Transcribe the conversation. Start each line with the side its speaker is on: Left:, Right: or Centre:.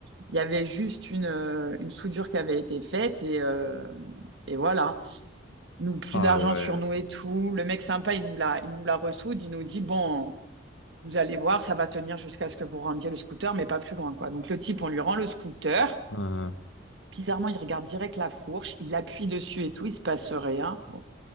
Right: Il y avait juste une, euh, une soudure qui avait été faite et, euh, et voilà. Nous, plus
Left: Ah
Right: d'argent
Left: ouais.
Right: sur nous et tout. Le mec sympa, il nous la, il nous la ressoude. Il nous dit, bon, vous allez voir, ça va tenir jusqu'à ce que vous rendiez le scooter, mais pas plus loin, quoi. Donc le type, on lui rend le scooter.
Left: Ah.
Right: Bizarrement, il regarde direct la fourche, il appuie dessus et tout, il se passe rien. Bon,